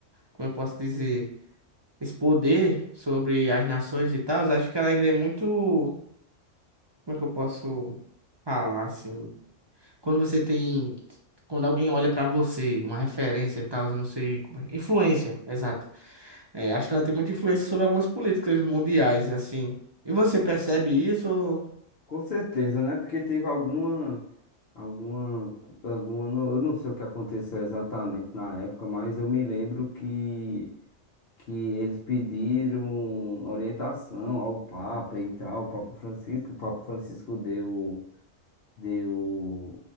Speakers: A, on the right; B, on the left.
A: como eu posso dizer, esse poder sobre as nações e tal, acho que ela ainda é muito, como é que eu posso falar assim? Quando você tem. Quando alguém olha pra você, uma referência e tal, não sei como é. Influência, exato. É, acho que ela tem muita influência sobre algumas políticas mundiais, assim. E você percebe isso? ou-
B: Com certeza, né? Porque teve alguma, alguma, alguma, eu não sei o que aconteceu exatamente na época, mas eu me lembro que que eles pediram orientação ao Papa e tal, ao Papa Francisco. O Papa Francisco deu, deu,